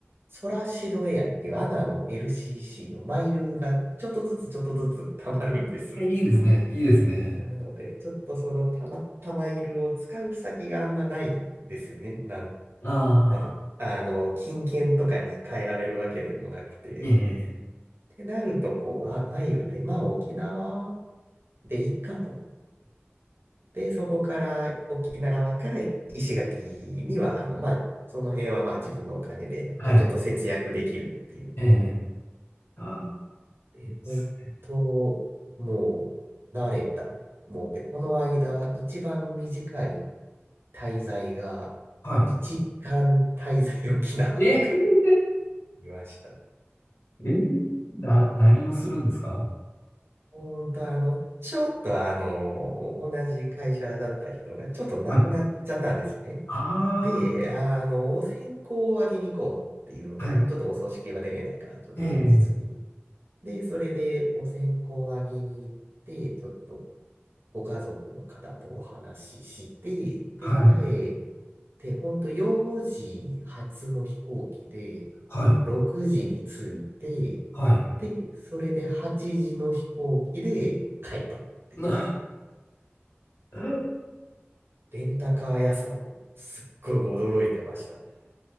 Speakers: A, on the right; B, on the left.
A: ソラシドエアっていうアナの LCC のマイルがちょっとずつちょっとずつ溜まるんです。
B: い。いやいいですね。いいですね。
A: なので、ちょっとそのたまたまいるを使う先があんまないんですよね。なん、
B: ああ、
A: なんか、あの、金券とかに変えられるわけでもなくて。
B: ええ。
A: ってなると、こう、あ、マイルで、まあ沖縄でいいかと。で、そこから沖縄から石垣には、あの、まあ、その辺はまあ自分のお金でなって、
B: はい。
A: ちょっと節約できるっていう。
B: ええ。ああ、
A: で、
B: いいですね。
A: 本当、もう、慣れた。もう、で、この間、一番短い滞在が、
B: はい。
A: 1時間滞在沖縄とか
B: え、
A: <laughs> いました。
B: えー、な、何をするんですか
A: 本当、あの、ちょっとあの、同じ会社だった人が、ちょっと亡くなっちゃったんですね。
B: はい。あ
A: で、あの、お線香をあげに行こうっていうので、
B: あ、はい。
A: あの、ちょっとお葬式は出れないから、ちょっと前日に。
B: ええ。
A: で、それでお線香をあげに行って、ちょっとご家族の方とお話しして、で、
B: はい。
A: 帰って、ほんと4時発の飛行機で、
B: はい。
A: 6時に着いて、
B: はい。
A: で、それで8時の飛行機で帰ったっていう。
B: な、<laughs>
A: レンタカー屋さん、すっごい驚いてました。